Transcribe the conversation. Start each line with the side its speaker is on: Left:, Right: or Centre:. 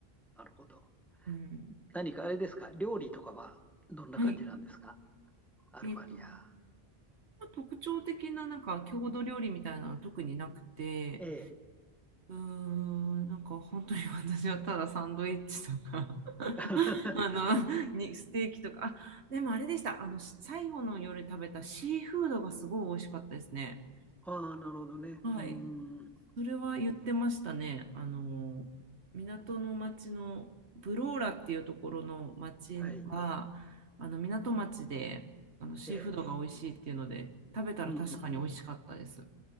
Centre: なるほど。
Right: うん。
Centre: 何かあれですか、料理とかはどんな感じなんですか、
Right: はい。
Centre: アルバニア。
Right: えっと、まあ特徴的ななんか郷土料理みたいなのは特になくて、
Centre: ええ。
Right: うーん、なんか本当に私はただサンドイッチとか <laughs>
Centre: <laughs>
Right: あのにステーキとかあでもあれでしたあの最後の夜食べたシーフードがすごい美味しかったですね
Centre: ああ、なるほどね。
Right: はい。
Centre: うーん。
Right: それは言ってましたねあの港の町のブローラっていうところの町はあの港町であのシーフードが美味しいっていうので食べたら確かに美味しかったです。
Centre: はい。ええ。うんうんうん。